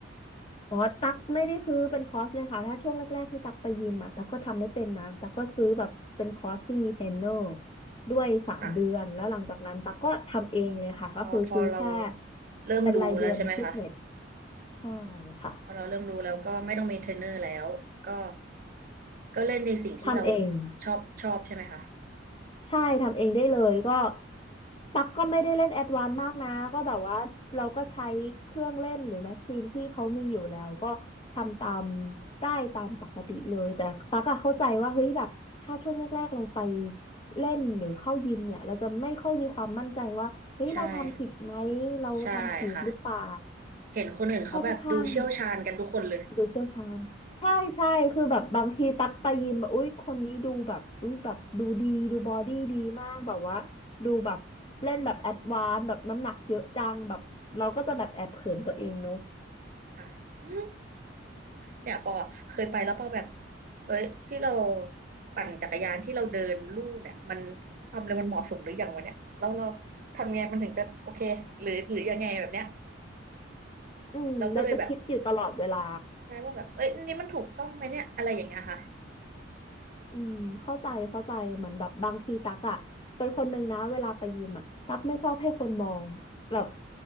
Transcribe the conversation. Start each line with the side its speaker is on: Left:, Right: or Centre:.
Left: อ๋อตักไม่ได้ซื้อเป็นคอร์สเลยค่ะถ้าช่วงแรกๆที่ตักไปยิมอะตักก็ทำไม่เป็นนะตักก็ซื้อแบบเป็นคอร์สที่มีเทรนเนอร์ด้วยสามเดือนแล้วหลังจากนั้นตักก็ทำเองเลยค่ะก็คือซื้อแค่
Right: ค่ะ พอพอเราเริ่มรู้แล้วใช่ไหมคะ
Left: เป็นรายเดือนฟิตเนสใช่ค่ะ
Right: พอเราเริ่มรู้แล้วก็ไม่ต้องมีเทรนเนอร์แล้วก็ก็เล่นในสิ่งที่เรา
Left: ทำเอง
Right: ชอบชอบใช่ไหมคะ
Left: ใช่ทำเองได้เลยก็ตักก็ไม่ได้เล่นแอดวานซ์มากนะก็แบบว่าเราก็ใช้เครื่องเล่นหรือแมชชีนที่เขามีอยู่แล้วก็ทำตามได้ตามปกติเลยแต่ตักอะเข้าใจว่าเฮ้ยแบบถ้าช่วงแรกๆเราไปเล่นหรือเข้ายิมเนี่ยเราจะไม่ค่อยมีความมั่นใจว่าเฮ้ยเราทำผิดไหม
Right: ใช่
Left: เราทำถูกหรือเปล่า
Right: ใช่ค่ะเห็นคนอื่นเขาแบบดูเชี่ยวชาญกันทุกคนเลย
Left: ค่อนข้าง ดูเชี่ยวชาญใช่ใช่คือแบบบางทีตักไปยิมแบบอุ้ยคนนี้ดูแบบอุ้ยแบบดูดีดูบอดี้ดีมากแบบว่าดูแบบเล่นแบบแอดวานซ์แบบน้ำหนักเยอะจังแบบเราก็จะแบบแอบเขินตัวเองเนอะ
Right: <laughs> ค่ะ <laughs> เนี่ยปอเคยไปแล้วปอแบบเอ้ยที่เราปั่นจักรยานที่เราเดินลู่เนี่ยมันความเร็วมันเหมาะสมหรือยังวะเนี่ยแล้วเราทำไงมันถึงจะโอเคหรือหรือยังไงแบบเนี้ย
Left: อืมเราจะคิดอยู่ตลอดเวลา
Right: เราก็เลยแบบ ใช่ว่าแบบเอ้ยอันนี่มันถูกต้องไหมเนี่ยอะไรอย่างเงี้ยค่ะ
Left: อืมเข้าใจเข้าใจเหมือนแบบบางทีตักอะเป็นคนหนึ่งนะเวลาไปยิมอะตักไม่ชอบให้คนมองแบบ